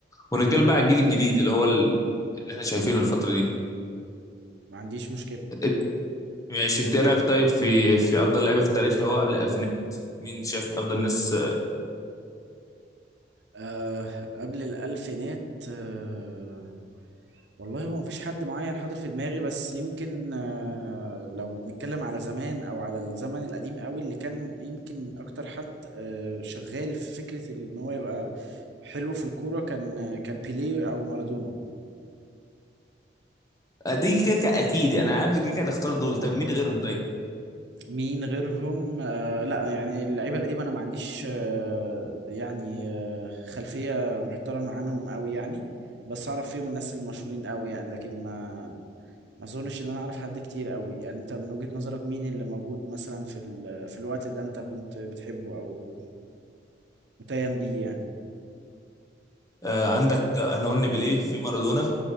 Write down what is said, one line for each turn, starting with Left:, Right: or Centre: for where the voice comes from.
Left: ونتكلم بقى على الجيل الجديد اللي هو ال- اللي احنا شايفينه
Right: مم.
Left: الفترة دي
Right: ما عنديش مشكله
Left: إت- ماشي انت ايه رايك طيب في في افضل لعيبة في التاريخ اللي هو قبل الالفينات مين شايف افضل ناس
Right: أه قبل الالفينات أه والله هو مفيش حد معين حاضر في دماغي بس يمكن أه لو بنتكلم على زمان او على الزمن القديم قوي اللي كان يمكن اكتر حد أه شغال في فكره ان هو يبقى حلو في الكوره كان كان بيليه او مارادونا
Left: آه، دي كيكا اكيد يعني انا عارف إن كيكا اللي اختار دول طب مين غيرهم طيب
Right: مين غيرهم آه لا يعني اللعيبه القديمه انا ما عنديش آه يعني آه خلفيه محترمه عنهم قوي يعني بس اعرف فيهم الناس المشهورين قوي يعني لكن ما ما اظنش ان انا اعرف حد كتير قوي يعني انت من وجهة نظرك مين اللي موجود مثلا في ال... في الوقت ده انت كنت بتحبه او متيم بيه يعني
Left: آه عندك آه، احنا قلنا بيليه في مارادونا